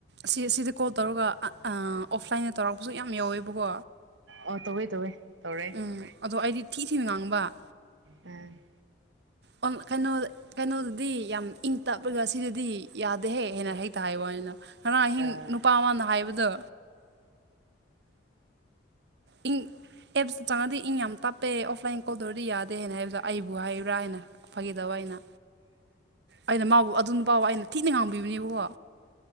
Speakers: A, on the right; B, on the right.
A: ꯁꯤ ꯑꯁꯤꯗ ꯀꯣꯜ ꯇꯧꯔꯒ ꯑꯥ ꯑ ꯑꯣꯐꯂꯥꯏꯟꯗ ꯇꯧꯔꯛꯄꯁꯨ ꯌꯥꯝ ꯌꯥꯎꯋꯦꯕꯀꯣ
B: ꯑꯣ ꯇꯧꯋꯦ ꯇꯧꯋꯦ ꯇꯧꯔꯦ
A: ꯎꯝ ꯑꯗꯣ ꯑꯩꯗꯤ ꯊꯤ ꯊꯤꯅ ꯉꯥꯡꯕ
B: ꯑ
A: ꯑꯣꯟ ꯀꯩꯅꯣꯗ ꯀꯩꯅꯣ ꯗꯤ ꯌꯥꯝ ꯏꯪ ꯇꯞꯔꯒ ꯁꯤꯗꯗꯤ ꯌꯥꯗꯦꯍꯦ ꯍꯦꯟꯅ ꯍꯦꯛꯇ ꯍꯥꯏꯕ ꯋꯥꯅꯦꯗ ꯉꯔꯥꯡ ꯑꯍꯤꯡ
B: ꯑꯥ
A: ꯅꯨꯄꯥ ꯑꯃ ꯅ ꯍꯥꯢꯕꯗꯨ ꯢꯪ ꯑꯦꯞ ꯆꯪꯉꯥꯗꯤ ꯏꯪ ꯌꯥꯝ ꯇꯞꯄꯦ ꯑꯣꯐꯂꯥꯏꯟ ꯀꯣꯜ ꯊꯧꯔꯗꯤ ꯌꯥꯗꯦꯅ ꯍꯥꯢꯕꯗꯣ ꯑꯩꯕꯨ ꯍꯥꯏꯕ꯭ꯔꯥ ꯍꯥꯏꯅ ꯐꯒꯤꯊꯧꯕ ꯑꯩꯅ ꯑꯩꯅ ꯃꯥꯕꯨ ꯑꯗꯨ ꯅꯨꯄꯥꯕꯨ ꯑꯩꯅ ꯊꯤꯅ ꯉꯥꯡꯕꯤꯕꯅꯦꯕꯀꯣ